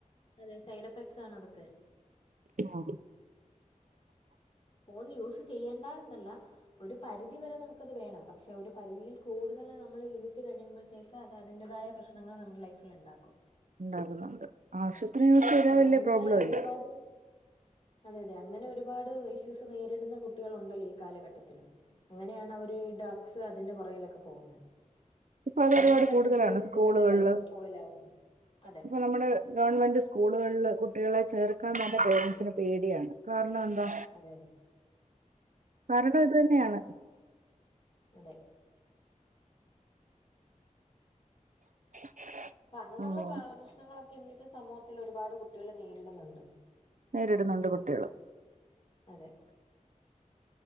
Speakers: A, on the left; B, on the right.
A: അതെ സൈഡ് എഫക്ട്സ് ആണ് അതക്കെ
B: ആഹ്
A: ഫോൺ യൂസ് ചെയ്യണ്ടാ എന്നല്ല ഒരു പരിധിവരെ നമുക്കത് വേണം പക്ഷെ ഒരു പരിധിയിൽ കൂടുതൽ നമ്മള് ലിമിറ്റ് കഴിയുമ്പഴ്ത്തേ ക്കത അതിന്റതായ പ്രശ്നങ്ങൾ നമ്മുടെ ലൈഫിൽ ണ്ടാക്കും
B: ണ്ടാകുന്ന്ണ്ട് ആശുപത്രി യൂസ് ചെയ്താൽ
A: അതെ
B: വല്ല്യ
A: അങ്ങനെ
B: പ്രോബ്ലം ഇല്ല
A: ഒരുപാട് അതെ അതെ അങ്ങനെ ഒരുപാട് ഇഷ്യൂസ് നേരിടുന്ന കുട്ടികളുണ്ടല്ലോ ഈ കാലഘട്ടത്തി ലും അങ്ങനെയാണ് അവര് ഡ്രഗ്സ് അതിന്റെ പുറയിലൊക്കെ പോകുന്നേ.
B: ഇപ്പൊ അത്
A: അങ്ങനെ
B: ഒരുപാട്
A: തന്നെ
B: കൂടുതലാണ്
A: എത്രയോ കുട്ടികൾടെ
B: സ്കൂളുകളിൽ
A: ലൈഫാ സ്പോയിലാവുന്നുണ്ട് അതെ
B: ഇപ്പൊ നമ്മുടെ ഗവൺമെന്റ് സ്കൂളുകൾല് കുട്ടികളെ ചേർക്കാൻ തന്നെ പേരൻറ്സിന് പേടിയാണ് കാരണം എന്താ
A: അതെതെ
B: കാരണം ഇത് തന്നെയാണ്
A: അതെ
B: <inaudible>
A: പ്പ അങ്ങനൊള്ള
B: ഉം.
A: പ്ര പ്രശ്നങ്ങളൊക്കെ ഇന്നത്തെ സമൂഹത്തിൽ ഒരുപാട് കുട്ടികൾ നേരിടുന്നുണ്ട്.
B: നേരിടുന്നുണ്ട് കുട്ടികള്
A: അതെ